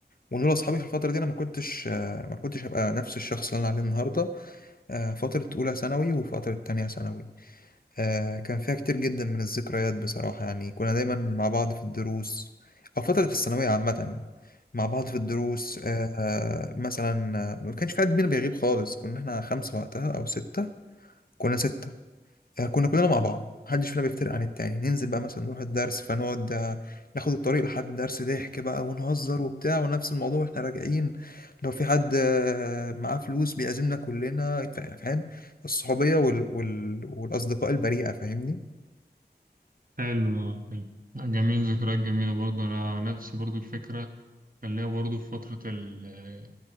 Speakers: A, on the left; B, on the right.
A: ولولا أصحابي في الفترة دي أنا ما كنتش آه ما كنتش هبقى نفس الشخص اللي أنا عليه النهاردة آه فترة أولى ثانوي وفترة تانية ثانوي آه كان فيها كتير جدا من الذكريات بصراحة يعني كنا دايما مع بعض في الدروس أو فترة الثانوية عامة مع بعض في الدروس آه آه، مثلا آه، ما كانش في حد بينا بيغيب خالص كنا احنا خمسة وقتها أو ستة كنا ستة آه كنا كلنا مع بعض محدش فينا بيفترق عن التاني ننزل بقى مثلا نروح الدرس فنقعد آه، ناخد الطريق لحد الدرس ضحك بقى ونهزر وبتاع ونفس الموضوع واحنا راجعين لو في حد آه، معاه فلوس بيعزمنا كلنا فاهم الصحوبية وال... وال... والأصدقاء البريئة فاهمني
B: حلو حلو جميل ذكريات جميلة برضه أنا نفسي برضه الفكرة كان ليا برضه في فترة ال-